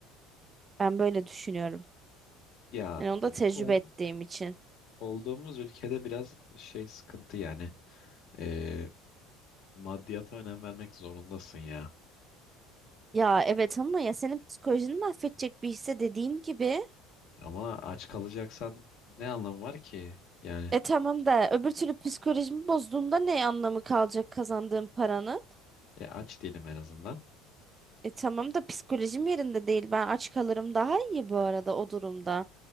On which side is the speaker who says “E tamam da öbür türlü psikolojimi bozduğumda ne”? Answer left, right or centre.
Right